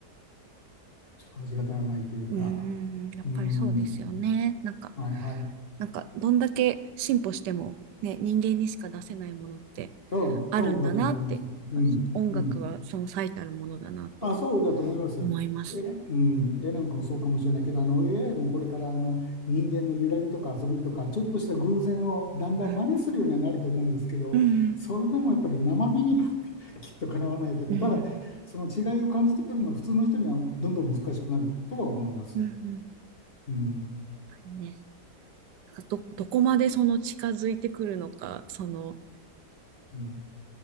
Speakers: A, on the left; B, on the right.
A: ちょっと味が足らないというか、
B: うん、うんやっぱりそうですよね。
A: うん、
B: なんか、
A: はいはい、
B: なんかどんだけ進歩してもね、人間にしか出せないものって
A: そうだ、
B: あるんだなって、
A: そうだと思います。うん、
B: やっぱ音楽はその最たるものだなと
A: うん。あ、そうだと思います。
B: 思います。
A: え、うん、絵なんかもそうかもしれないけど、あの AI もこれからあの人間の揺らぎとか遊びとか、ちょっとした偶然をだんだん真似するようにはなると思うんですけど、
B: うん、うん、
A: それでもやっぱり生身には <laughs> きっとかなわないというか、
B: うん、
A: ただ、その違いを感じてるのは普通の人にはどんどん難しくなるとは思います。
B: うん、うんやっ
A: うん、
B: ぱりね。なんかど、どこまでその近づいてくるのか、その
A: うん